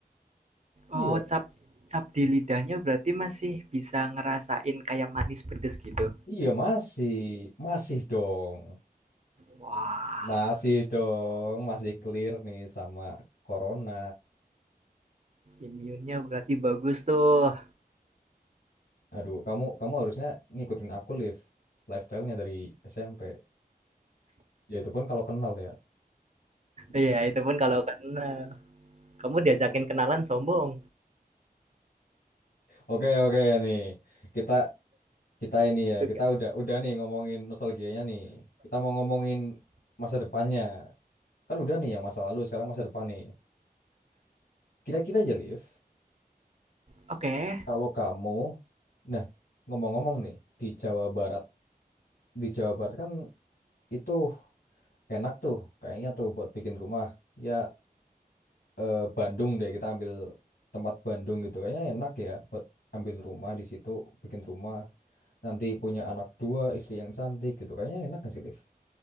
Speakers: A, on the left; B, on the right.
A: iya
B: Oh, cap cap di lidahnya berarti masih bisa ngerasain kayak manis pedes gitu.
A: iya masih masih dong
B: Wah,
A: masih dong masih clear nih sama corona
B: imunnya berarti bagus tuh.
A: aduh kamu kamu harusnya ngikutin aku live lifestyle-nya dari SMP ya itu pun kalau kenal ya <laughs>
B: Iya, itu pun kalau kena. Kamu diajakin kenalan sombong.
A: oke oke nih kita Kita ini ya,
B: Oke.
A: kita udah udah nih ngomongin nostalgianya nih. Kita mau ngomongin masa depannya. Kan udah nih yang masa lalu, sekarang masa depan nih. Kira-kira aja, Liv,
B: Oke.
A: kalau kamu, nah ngomong-ngomong nih, di Jawa Barat, di Jawa Barat kan itu enak tuh, kayaknya tuh buat bikin rumah. Ya eh, Bandung deh, kita ambil tempat Bandung gitu, kayaknya enak ya buat ambil rumah di situ, bikin rumah, nanti punya anak dua, istri yang cantik gitu, kayaknya enak gak sih, Liv?